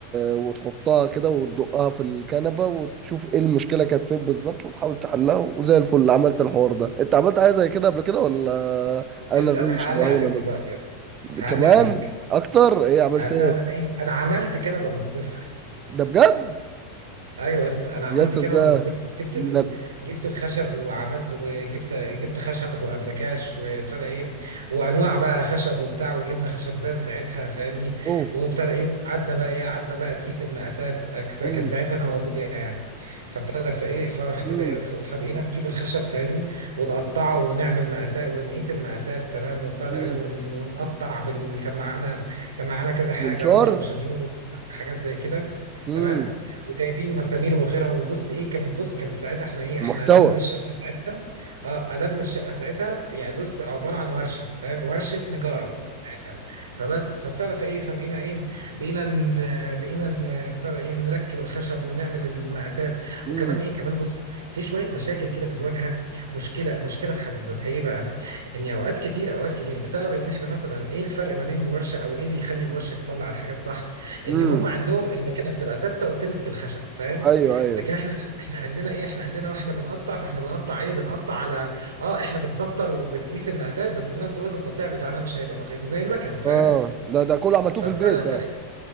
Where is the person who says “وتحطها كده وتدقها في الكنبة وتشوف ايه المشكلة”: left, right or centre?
Right